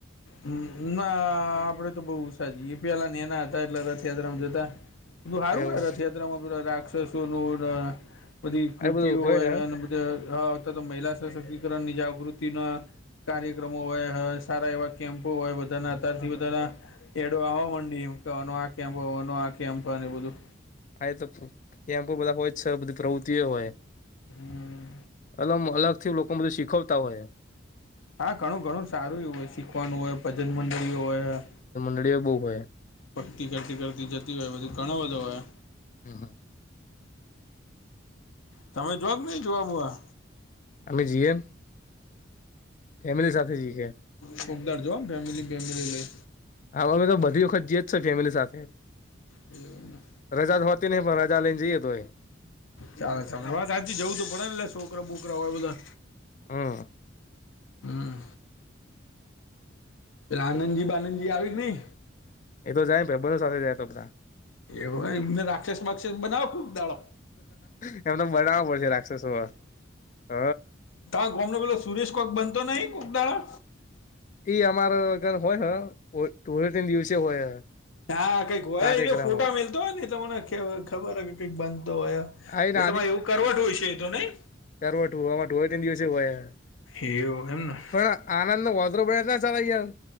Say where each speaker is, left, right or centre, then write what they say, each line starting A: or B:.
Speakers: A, on the left (about 80°); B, on the left (about 40°).
A: હ ના આપડે તો બોવ છ જ એ પેલા એના હતા એટલે રથયાત્રામાં જતા બધું હારું
B: એવું
A: રથયાત્રામાં રાક્ષસો ન બધી કૃતિઓ
B: આ બધું
A: હોય
B: હે
A: અને હતા તો મહિલા સશક્તિકરણની જાગૃતિના કાર્યક્રમો હોય સારા એવા કેમ્પો હોય બધાના અતારથી બધના એડો આવા મંડીમ કેવાનો આ કેમપ હોવાનો આ કેમ્પ ને બધું
B: હા એતો કેમ્પો બધા હોય જ છે, બધી પ્રવૃત્તિઓ હોય
A: હમ.
B: એલમ અલગથી લોકો બધું શીખવતા હોય
A: હા ઘણું ઘણું સારું એવુ હોય શીખવાનું હોય ભજન મંડળીઓ હોયહે
B: <unintelligible> બો હોય
A: તી કરતી કરતી જતી હોય, બધી ઘણો બધો હોય.
B: હમ્મ હમ્મ
A: તમે જોક નહી જોવા બોઆ
B: અમે જીએમ. ફેમિલી સાથે જી એ.
A: ખૂબ દારજો ફેમિલી વેમિલી લઈ.
B: હા અમેતો બધી વખત જીએજ છ ફેમિલી સાથે.
A: એવું ના
B: રજા તો હોતી નહિ, પણ રજા લેને જઈએ તો એ.
A: ચાલો ચાલો વાત હા, જવું તું પડેને લે છોકરા બોકરા હોય બધા.
B: હમ્મ
A: હમ્મ પેલા આનંદજી બાનંદજી આવેકે નઈ?
B: એ તો જાયન ભાઈ બધો સાથે જાય એતો બા
A: એવુ હ એમને રાક્ષસ બાક્ષસ બનાવો કુક દાડો.
B: હવેતો બનાવો પડશે રાક્ષસો, હ
A: તા ગમનુ પેલો સુરેશ કોક બનતો નહી, કોક દાળ
B: એઈ અમારો કન હોયન, હો ધૂળેટીન દિવસે હોય.
A: હા કંઈક હોય,
B: કાર્યક્રમ
A: એજે ફોટા મેલતો હોયને તમોને કેવ ખબર હ કે કંઈક બનતો હોય.
B: આઈને
A: એતો ભાઇ એવું કરવટ હોય છે એ તો નહી
B: કરવટ હુવાવા ધૂળેટીન દિવસે હોય.
A: એેવુ હેના
B: પણ આનંદનુ વોસારું બેટા સવાઇ ગયા.